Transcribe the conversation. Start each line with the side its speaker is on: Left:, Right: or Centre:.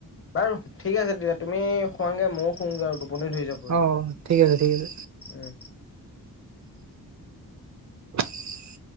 Left: বাৰু ঠিক আছে দিয়া তুমি শুৱাগে ময়ো শুৱাগে আৰু টোপনি ধৰিছে পুৰা
Right: অ ঠিক আছে ঠিক আছে
Left: উম
Right: <inaudible>